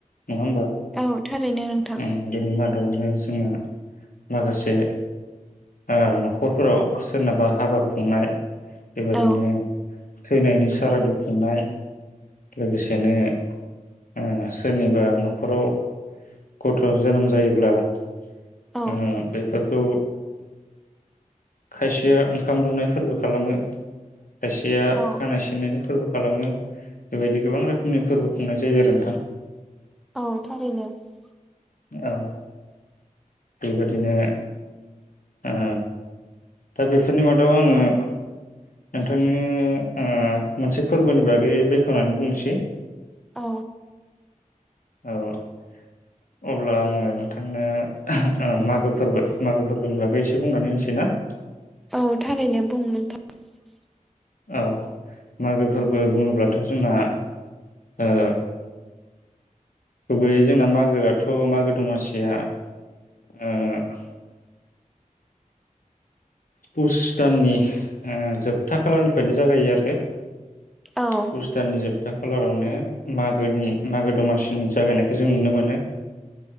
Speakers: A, on the left; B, in the centre.
A: नङा होमबा
B: औ थारैनो नोंथां
A: ओ बेनि मादावनो जोङो माखासे ओ नखरफोराव सोरनाबा हाबा खुंनाय बेबादिनो
B: औ
A: थैनायनि सारादु खुंनाय लोगोसेनो ओ सोरनिबा नखराव गथ'जोनोम जायोब्ला ओ
B: औ
A: बेफोरखौ खायसेया ओं खाम दौनाय फोरबो खालामो । खायसेया
B: औ
A: खानाय सिननायनि फोरबो खालामो । बेबायदि गोबां रो खोमनि फोरबो खुंनाय जायो आरो नोंथां ।
B: औ थारैनो ‌।
A: औ । बेबायादिनो ओ दा बे फोरनि मादाव आङो नोंथांनो ओ मोनसे फोरबोनि बागै बेखेवनानै बुंनोसै ।
B: औ
A: औ । अब्ला आङो नोंथांनो ओ मागो फोरबो मागो फोरबोनि बागै एसे बुंनानै होनसै ना?
B: औ थारैयनो बुं नोंथां ।
A: औ मागो फोरबो बुङोब्लाथ' जोंना ओ गुबैयै जोंना मागोआथ' मागो दमासिया ओ पुस दाननि ओ जोबथा खालारनिफ्रायनो जागायो आरो
B: औ
A: पुस दाननि जोबथा खालारावनो मागोनि मागो दमासिनि जागायनायखौ जों नुनो मोनो